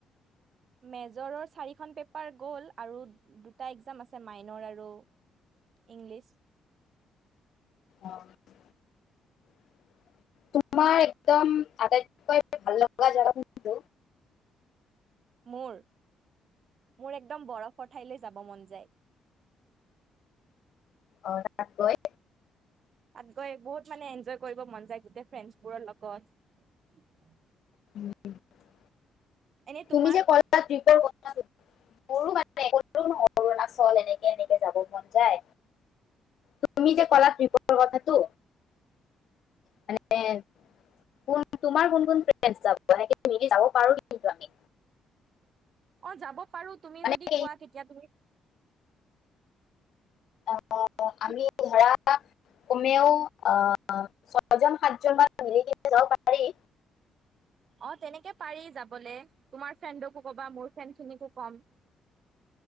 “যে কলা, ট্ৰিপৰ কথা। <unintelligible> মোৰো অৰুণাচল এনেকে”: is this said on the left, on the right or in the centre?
Left